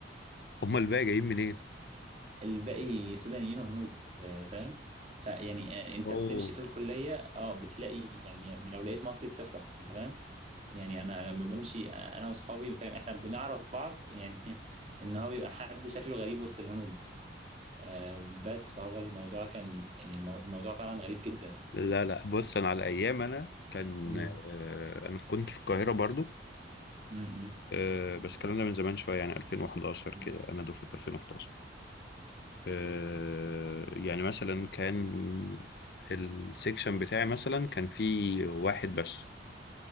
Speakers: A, on the left; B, on the right.
A: هم الباقي جايين منين
B: <laughs> الباقي سودانيين وهنود آه فاهم فيعني آه انت
A: اوه
B: بتمشي في الكلية اه بتلاقي يعني يعني لو لقيت مصري بتفرح انت فاهم يعني انا لما بمشي انا واصحابي فاهم احنا بنعرف بعض يعني <laughs> ان هو بيبقى حد شكله غريب وسط الهنود آه، بس فهو الموضوع كان يعني المو- الموضوع فعلا غريب جدا
A: لا لا بص انا على ايام انا كان
B: امم
A: آه انا كنت في القاهرة برضو
B: امم
A: آه بس الكلام ده من زمان شوية يعني 2011
B: امم
A: كده انا دفعة 2011 آه يعني مثلا كان السيكشن بتاعي مثلا كان فيه واحد بس